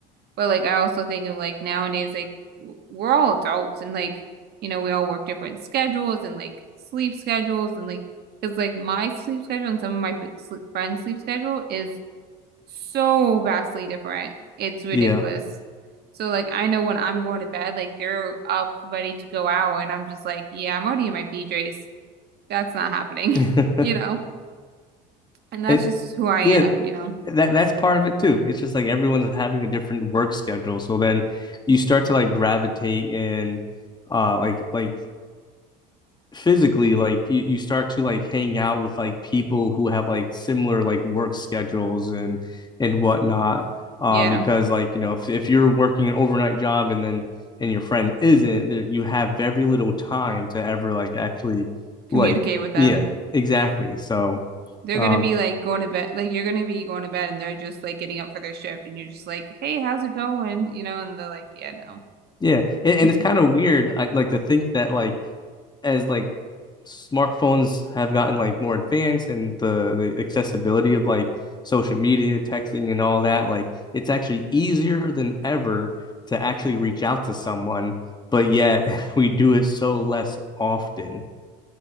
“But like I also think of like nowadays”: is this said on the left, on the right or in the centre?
Right